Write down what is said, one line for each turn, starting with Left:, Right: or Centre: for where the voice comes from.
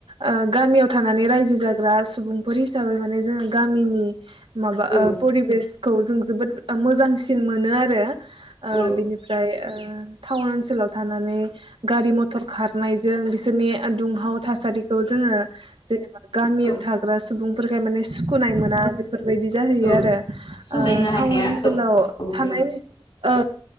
Right: ओ गामियाव था नानै रायजो जाग्रा सुबुंफोर हिसाबै माने जोङो गामिनि माबा
Left: औ
Right: ओ परिबेस खौ जों जोबोद ओ मोजांसिन मोनो आरो। ओ
Left: औ
Right: बिनिफ्राय ओ थाउन ओनसोलाव थानानै गारि मथर खारनायजों बिस सोरनि दुंहाव थासारिखौ जोङो जेनेबा गामियाव
Left: औ
Right: थाग्रा सुबुंफोरखाय माने सुखुनाय मोना आरो। बेफोरबायदि जाहैयो
Left: औ
Right: आरो
Left: सहायनो
Right: ओ थाउन
Left: हाया
Right: ओनसोलाव
Left: औ जायो
Right: थानाय ओ